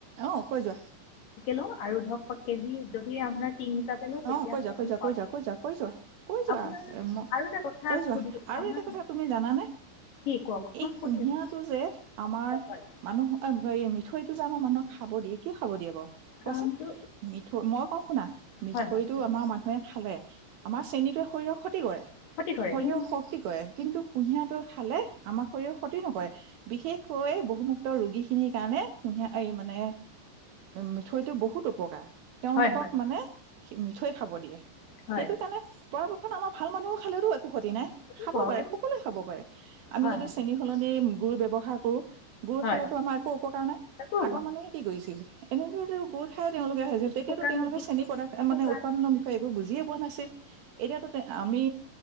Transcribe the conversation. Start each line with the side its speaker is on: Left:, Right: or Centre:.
Right: অ, কৈ যোৱা।
Left: ল‌ওঁ আৰু ধৰক কেজি যদি আপোনাৰ টিং হিচাপে লয়
Right: অ
Left: তেতিয়াহ'লে
Right: কৈ যোৱা, কৈ
Left: আমি
Right: যোৱা,
Left: পাঁচ।
Right: কৈ যোৱা কৈ যোৱা কৈ যোৱা, কৈ যোৱা,
Left: আপোনাৰ আৰু এটা কথা
Right: কৈ-যোৱা
Left: সুধি
Right: আৰু
Left: আপোনাৰ
Right: এটা কথা তুমি জানানে
Left: কি কওকচোন
Right: এই
Left: সুধি
Right: কুহিয়াটো
Left: আছোঁ
Right: যে আমাৰ
Left: হয়
Right: মানুহ মিঠৈত টো যে আমাৰ মানুহক খাব দিয়ে, কিয় খাব দিয়ে বাৰু? কোৱাচোন,
Left: কাৰণটো
Right: মিঠৈ, মই কওঁ শুনা। মিঠৈটো
Left: হয় হয়
Right: আমাৰ মানুহে, খালে আমাৰ চেনিটোৱে শৰীৰক শ ক্তি কৰে
Left: ক্ষতি কৰে
Right: শৰীৰক
Left: কিন্তু
Right: শক্তি কৰে কিন্তু, কুঁহিয়াটো খালে আমাৰ শৰীৰৰ ক্ষতি নকৰে। বিশেষকৈ বহুমুক্ত ৰোগীখিনিৰ কাৰণে কুঁহিয়াৰ এই মানে মিঠৈটো বহুত উপকাৰ। তেওঁলোকক
Left: হয় হয়
Right: মানে সেই মিঠৈ খাব দিয়ে।
Left: হয়
Right: সেইটো কাৰণে পৰাপক্ষত আমাৰ ভাল মানুহেও খালেতো একো ক্ষতি নাই।
Left: একো
Right: খাব
Left: হয়
Right: পাৰে সকলোৱে খাব পাৰে আমি
Left: হয়
Right: যদি চেনী সলনি গুৰ ব্যৱহাৰ কৰোঁ। গুৰ
Left: হয়
Right: খালেতো আমাৰ একো অপকাৰ নাই।
Left: একো
Right: আগৰ মানুহে কি কৰিছিল এনেদৰে গুুৰ খাই তেওঁলোকে হৈছিল তেতিয়াতো
Left: শুকান
Right: তেওঁলোকে
Left: ৰুটি
Right: চেনী প্ৰদাৰ্থ
Left: শুকান
Right: মানে উৎপাদনৰ বিষয়ে একো বুজিয়ে পোৱা নাছিল, এতিয়াতো আমি